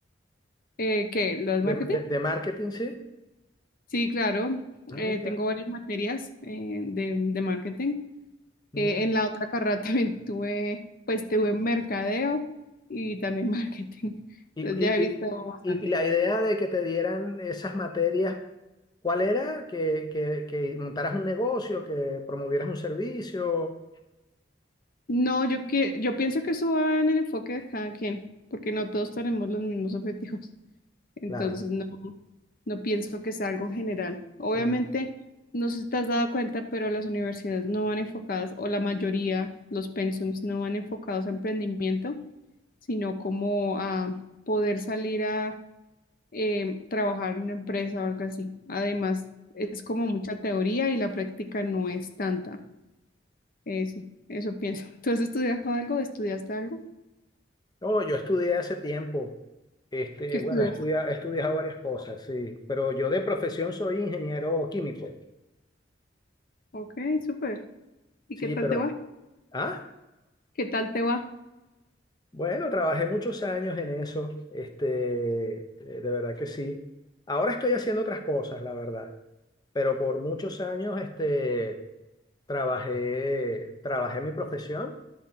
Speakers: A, on the left (about 50°); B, on the left (about 20°).
A: eh, ¿qué? ¿Lo del
B: De,
A: marketing?
B: de- de marketing, sí.
A: Sí, claro.
B: Ah,
A: eh,
B: mira,
A: tengo varias materias eh, de, de marketing.
B: mira.
A: Eh, en la otra carrera <laughs> también tuve, pues tuve mercadeo y también <laughs> marketing.
B: Y,
A: Entonces
B: y,
A: ya he visto bastante.
B: y, y la idea de que te dieran esas materias, ¿cuál era? Que, que, que montaras un negocio, que promovieras un servicio.
A: No, yo, que, yo pienso que eso va en el enfoque de cada quien, porque no todos tenemos los mismos objetivos. Entonces,
B: Claro.
A: no, no pienso que sea algo general. Obviamente,
B: Mm.
A: no sé si te has dado cuenta, pero las universidades no van enfocadas, o la mayoría, los pensums, no van enfocados a emprendimiento, sino como a poder salir a eh, trabajar en una empresa o algo así. Además, es como mucha teoría y la práctica no es tanta. Eh, sí, eso pienso. <laughs> ¿Tú has estudiado algo? ¿Estudiaste algo?
B: No, yo estudié hace tiempo. Este,
A: ¿Qué estudias?
B: bueno, he estudia- he estudiado varias cosas, sí. Pero yo de profesión soy ingeniero químico.
A: Ok, súper. ¿Y
B: Sí,
A: qué tal
B: pero.
A: te va?
B: Ah,
A: ¿Qué tal te va?
B: bueno, trabajé muchos años en eso. Este, eh, de verdad que sí. Ahora estoy haciendo otras cosas, la verdad. pero por muchos años este, trabajé, trabajé mi profesión,